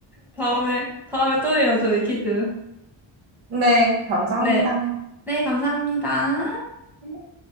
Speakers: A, in the centre; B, on the right.
A: 다음에, 다음에 또 해요, 저희 퀴즈.
B: 네, 감사합니다.
A: 네. 네, 감사합니다.
B: 네.